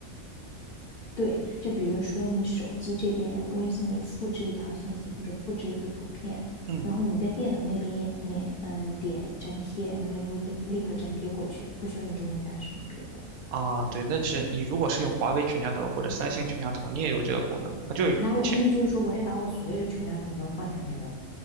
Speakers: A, on the left; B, on the right.
A: 对，就比如说你手机这边微信里复制一条信息或者复制一个图片，
B: 嗯
A: 然后你在电脑那边也你嗯、呃点粘贴，然后它就会立立刻粘贴过去，不需要你中间干什么别的。
B: 啊，对，那是你如果是用华为全家桶或者三星全家桶，你也有这个功能，它就是钱。
A: 那我意思就是说，我得把我所有的全家桶都换成那个，